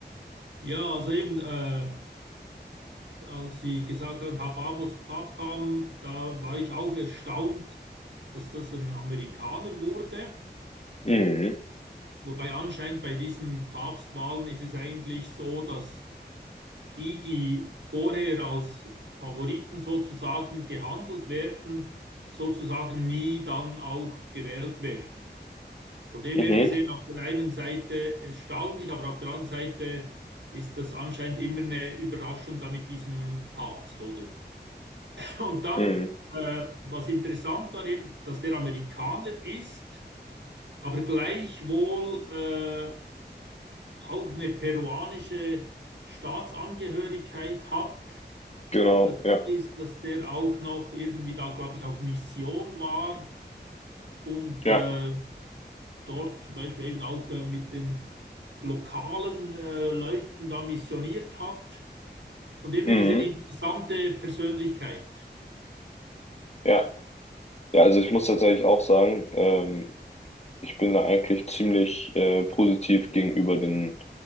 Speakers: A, on the right (about 85°); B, on the left (about 35°).
A: Ja, also eben, äh, als Sie gesagt haben, Habamus Papam, da war ich auch erstaunt, dass das ein Amerikaner wurde.
B: Mhm.
A: Wobei anscheinend bei diesen Papstwahlen ist es eigentlich so, dass die, die vorher als Favoriten sozusagen gehandelt werden, sozusagen nie dann auch gewählt werden. Von dem
B: Mhm.
A: her gesehen, auf der einen Seite erstaunlich, aber auf der anderen Seite ist das anscheinend immer eine Überraschung da mit diesem Papst, oder? Und dann,
B: Mhm.
A: äh, was interessant war eben, dass der Amerikaner ist, aber gleichwohl äh, auch eine peruanische Staatsangehörigkeit hat.
B: Genau,
A: Das
B: ja.
A: ist, dass der auch noch irgendwie da, glaube ich, auf Mission war und
B: Ja.
A: äh, dort zum Beispiel eben auch äh, mit den lokalen äh, Leuten da missioniert hat. Von dem
B: Mhm.
A: her gesehen, eine interessante Persönlichkeit.
B: Ja. Ja, also ich muss tatsächlich auch sagen, ähm, Ich bin da eigentlich ziemlich äh, positiv gegenüber den